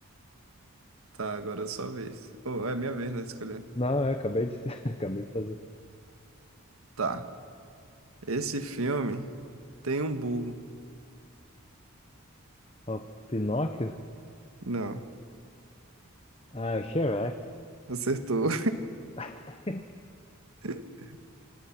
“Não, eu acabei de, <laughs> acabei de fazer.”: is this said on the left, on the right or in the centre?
Left